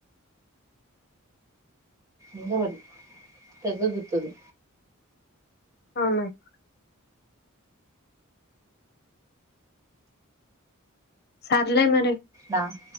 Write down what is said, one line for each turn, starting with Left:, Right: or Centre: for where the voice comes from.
Right: ఇకా పడి పెద్దదితుదు
Left: అవునా అక్క సర్లే మరి
Right: నా <inaudible>